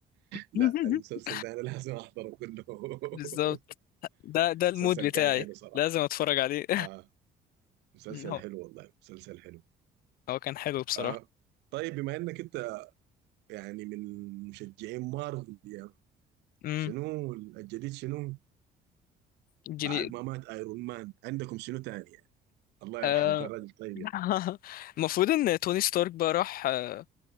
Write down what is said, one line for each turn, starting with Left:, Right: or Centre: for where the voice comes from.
Left: <laughs>
Right: لا المسلسل ده أنا لازم أحضره كله <laughs>
Left: بالظبط ده ده المود
Right: مسلسل
Left: بتاعي
Right: كان حلو صراحة
Left: لازم اتفرج عليه
Right: آه
Left: <laughs>
Right: مسلسل
Left: هو
Right: حلو والله مسلسل حلو
Left: هو كان حلو بصراحة
Right: آه طيب بما إنك أنت يعني من مشجعين مارفل يا
Left: امم
Right: شنو الجديد شنو
Left: جيني
Right: بعد ما مات ايرون مان عندكم شنو تاني يعني الله
Left: آه،
Right: يرحمه كان راجل طيب
Left: <laughs>
Right: يعني
Left: المفروض ان توني ستارك بقى راح آه،